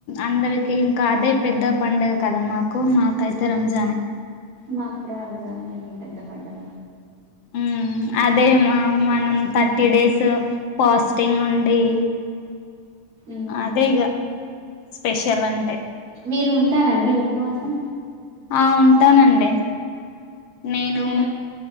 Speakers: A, on the left; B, on the right.
A: అందరికి ఇంకా అదే పెద్ద పండగ కదా మాకు మాకైతే రంజానే
B: మాక్ కూడా రంజానే నండి పెద్ద పండగ
A: మ్ అదే మా మనం థర్టీ డేస్ ఫాస్టింగ్ ఉండి
B: ఉమ్
A: అదే ఇగ స్పెషల్ అంటే
B: మీరు ఉంటారా అండి ఉపవాసం
A: ఆ ఉంటానండి నేనూ
B: నెల